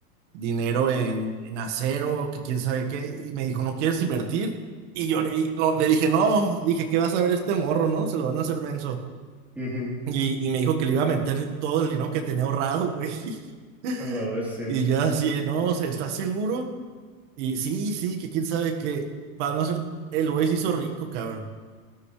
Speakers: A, on the right; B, in the centre.
A: dinero en, en acero, que quién sabe qué, y me dijo, ¿no quieres invertir? Y yo le, di- no, le dije, no, dije, ¿qué vas a ver este morro, no? Se lo van a hacer menso.
B: ujú,
A: Y, y me dijo que le iba a meter todo el dinero que tenía ahorrado, güey. <laughs>
B: a la bestia,
A: Y yo así, no, o sea, ¿estás seguro? Y sí, sí, que quién sabe que, para no ser, el güey se hizo rico, cabrón.